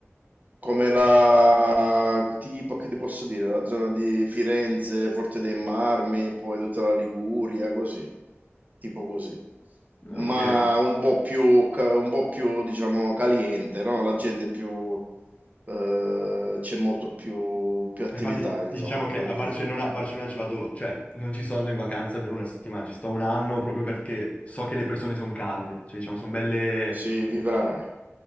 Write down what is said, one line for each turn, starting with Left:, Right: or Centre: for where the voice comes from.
Right: come la, tipo, che ti posso dire, la zona di Firenze, Forte dei Marmi, poi tutta la Liguria, così, tipo così.
Left: No,
Right: Ma
Left: ok.
Right: un po' più, ca- un po' più, diciamo, caliente, no? La gente è più, eh, c'è molto più, più attività,
Left: Ma infatti
Right: insomma,
Left: diciamo
Right: poi
Left: che a Barcellona, a Barcellona ci vado, cioè non ci sto andando in vacanza per una settimana, ci sto un anno proprio perché so che le persone sono calde, cioè diciamo sono belle,
Right: sì, vivrai,